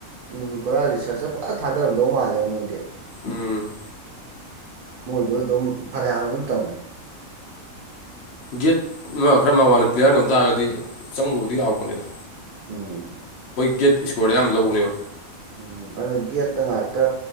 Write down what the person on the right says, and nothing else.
ꯎꯝ ꯄꯨꯔꯥ ꯔꯤꯁꯔꯁꯇ ꯐꯖ ꯊꯥꯗꯔꯝꯗꯧ ꯃꯥꯜꯂꯦꯕ ꯃꯣꯏꯗꯤ
ꯃꯣꯏꯖꯨ ꯑꯗꯨꯝ ꯐꯅꯌꯥꯝ ꯑꯗꯨꯝ ꯇꯧꯅꯩ
ꯎꯝ
ꯎꯝ ꯑꯗꯨꯅ ꯒꯦꯠꯇ ꯉꯥꯛꯇ